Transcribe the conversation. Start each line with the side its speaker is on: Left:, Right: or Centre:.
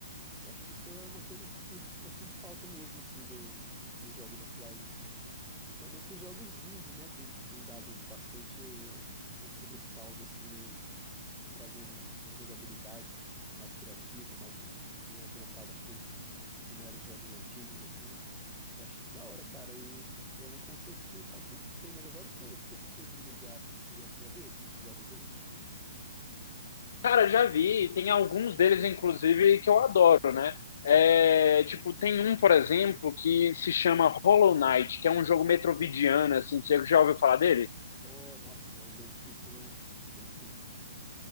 Centre: Eu acho que isso é uma coisa que eu sinto falta mesmo, assim, do, dos jogos atuais, assim. Ultimamente os jogos indie, né? Tem, tem dado bastante eh, esse respaldo, assim, né? trazendo um- uma jogabilidade um- mais criativa, mais, né, voltada para os como eram os jogos antigos, assim. Eu acho isso da hora, cara. E é um conceito que faz tempo que tem, mas agora que eu, que eu fui me ligar, assim, tu já, já viu esses jogos indie?
Left: Cara, já vi, tem alguns deles, inclusive, que eu adoro, né? É, tipo, tem um, por exemplo, que se chama Hollow Knight, que é um jogo metroidvania, assim, você já ouviu falar dele?
Centre: Oh, nossa, ele é difícil, né? Bem difícil.